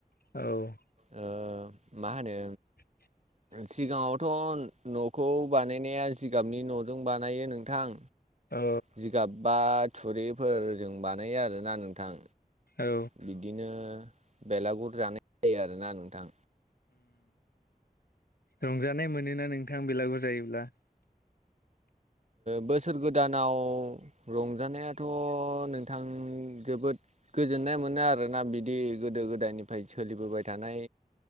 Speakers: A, on the left; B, on the right.
A: औ
B: ओ मा होनो
A: <inaudible>
B: सिगाङावथ' न'खौ बानायनाया जिगाबनि न'जों बानायो नोंथां
A: औ
B: जिगाब बा थुरिफोरजों बानायो आरोना नोंथां।
A: औ
B: बिदिनो बेलागुर जानाय जायो आरोना नोंथां।
A: रंजानाय मोनोना नोंथां बेलागुर जायोब्ला
B: बोसोर गोदानाव रंजानायाथ' नोंथां जोबोद गोजोननाय मोनो आरोना बिदि गोदो गोदायनिफ्राय सोलिबोबाय थानाय।